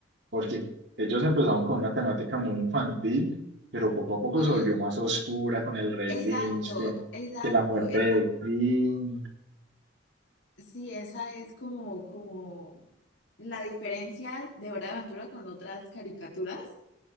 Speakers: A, on the right; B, on the left.
A: porque ellos empezaron con una temática muy infantil, pero poco a poco
B: Mm,
A: se volvió más oscura con el Rey
B: Exacto,
A: Lynch, que,
B: exacto,
A: que la muerte
B: esa,
A: de Finn.
B: sí, esa es como, como la diferencia de Hora de Aventura con otras caricaturas,